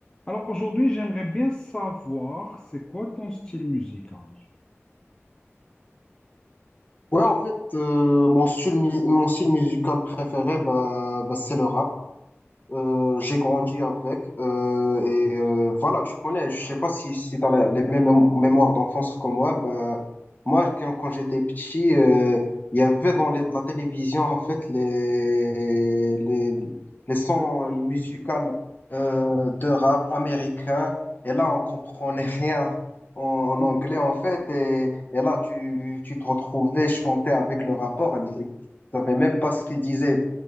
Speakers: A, on the left; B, on the left.
A: Alors aujourd'hui, j'aimerais bien savoir c'est quoi ton style musical.
B: Ouais, en fait, euh, mon style, mu- mon style musical préféré, bah, bah, c'est le rap. Euh, j'ai grandi avec euh, et euh, voilà, tu connais, je sais pas si, si tu as les mêmes mém- mémoires d'enfance que moi. Ben, moi, quand, quand j'étais petit, euh, il y avait dans les- la télévision en fait les, les, les sons
A: Oui,
B: musicaux euh, de rap américain et là, on comprenait <laughs> rien en, en
A: oui,
B: anglais en fait. Et, et là, tu, tu te retrouvais chanter avec le rapport et, et tu savais même pas ce qu'il disait.